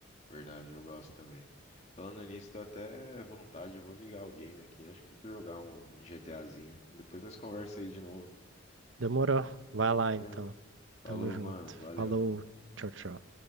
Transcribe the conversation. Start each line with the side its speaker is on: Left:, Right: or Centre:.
Left: verdade, eu gosto também. Falando nisso, dá até vontade, eu vou ligar o game aqui. Acho que eu vou jogar um, um GTAzinho. Depois nós conversa aí de novo,
Right: Demorou. Vai lá
Left: tranquilo?
Right: então. Tamo
Left: Falou,
Right: junto.
Left: mano, valeu.
Right: Falou. Tchau, tchau.